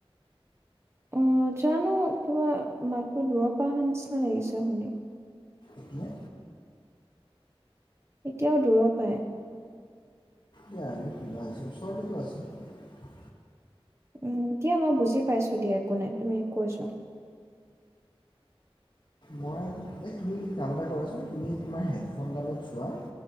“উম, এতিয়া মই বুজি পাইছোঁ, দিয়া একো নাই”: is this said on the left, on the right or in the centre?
Right